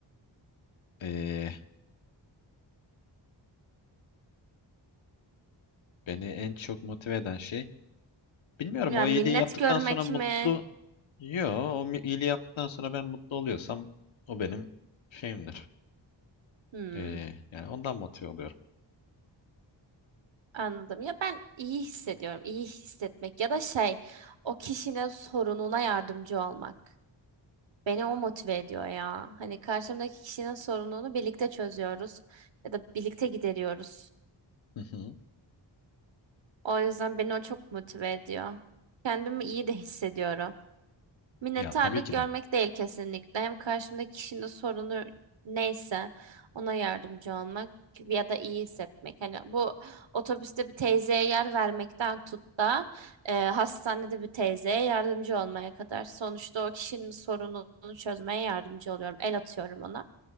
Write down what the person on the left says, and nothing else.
Ee, beni en çok motive eden şey. Bilmiyorum
o iyiliği
yaptıktan
sonra mutlu.
Yo, o mi- iyiliği yaptıktan sonra ben mutlu oluyorsam o benim şeyimdir.
Ee, yani ondan motive oluyorum.
Hı hı.
Ya tabii ki
de.